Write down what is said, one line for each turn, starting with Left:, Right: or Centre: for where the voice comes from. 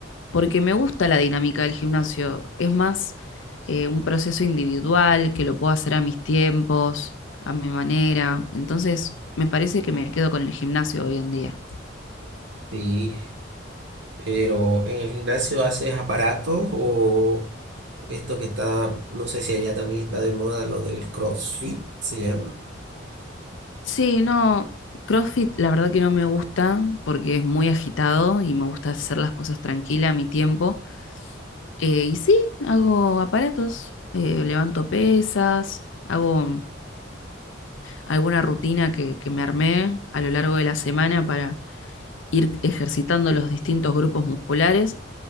Left: porque me gusta la dinámica del gimnasio. Es más eh, un proceso individual que lo puedo hacer a mis tiempos, a mi manera. Entonces, me parece que me quedo con el gimnasio hoy en día.
Right: Sí, pero en el gimnasio haces aparatos o esto que está, no sé si allá también está de moda, lo del CrossFit, ¿se llama?
Left: Sí, no, CrossFit la verdad que no me gusta porque es muy agitado y me gusta hacer las cosas tranquila a mi tiempo. Eh, y sí, hago aparatos, eh, levanto pesas, hago alguna rutina que, que me armé a lo largo de la semana para ir ejercitando los distintos grupos musculares.